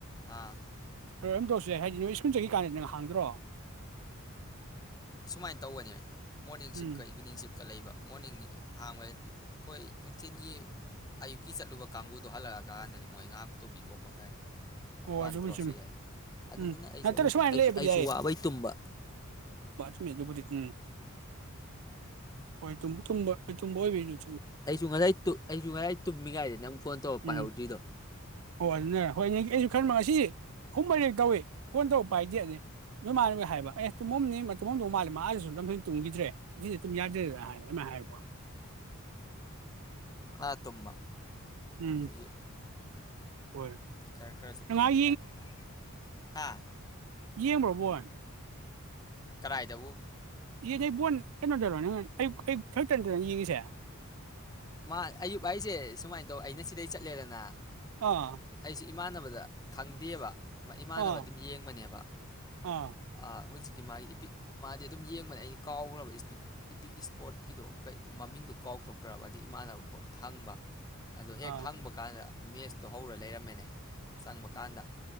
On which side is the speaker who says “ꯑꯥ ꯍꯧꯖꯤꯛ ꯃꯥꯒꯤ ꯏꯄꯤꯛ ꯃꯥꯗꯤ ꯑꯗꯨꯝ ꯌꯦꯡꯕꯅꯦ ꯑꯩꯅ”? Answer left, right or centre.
Left